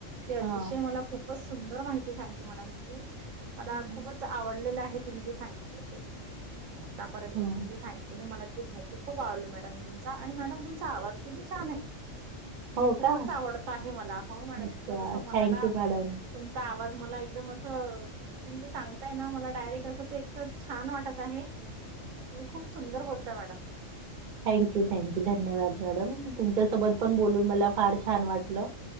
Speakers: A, on the right (about 80°); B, on the right (about 50°).
A: ते अतिशय
B: हा.
A: मला खूपच सुंदर माहिती सांगतील मॅडम तुम्ही. मला
B: हं.
A: खूपच आवडलेलं आहे तुम्ही जे सांगितलं ते. आतापर्यंत
B: हं.
A: तुम्ही जे सांगितलं ना मला माहिती खूप आवडली मॅडम, तुमचा आणि मॅडम तुमचा आवाज किती छान आहे.
B: हो
A: खूपच
B: का?
A: आवडत आहे मला, हो मॅडम!
B: अच्छा.
A: एकदम असा मनाला
B: थँक यू मॅडम.
A: तुमचा आवाज मला एकदम असं तुम सांगताय ना मला डायरेक्ट असं ते एक तर छान वाटत आहे. तुम्ही खूप सुंदर बोलता मॅडम.
B: थँक्यू! थँक्यू! धन्यवाद मॅडम, तुमच्यासोबत पण बोलून मला फार छान वाटलं.